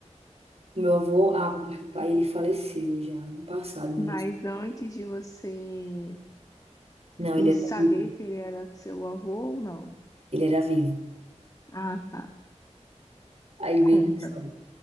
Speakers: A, on the right; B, on the left.
A: meu avô, ah, meu pai, do pai, ele faleceu já no passado. né?
B: Mas antes de você
A: Não, ele
B: em
A: era
B: saber
A: vivo.
B: que ele era seu avô ou não?
A: Ele era vivo.
B: Ah, tá.
A: Aí veja
B: Conta.
A: só.